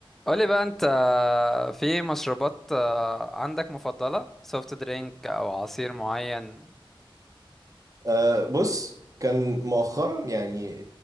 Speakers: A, in the centre; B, on the right (about 35°).
A: قولي بقى انت في مشروبات آه، عندك مفضلة سوفت درينك او عصير معين
B: أه بص كان مؤخرا يعني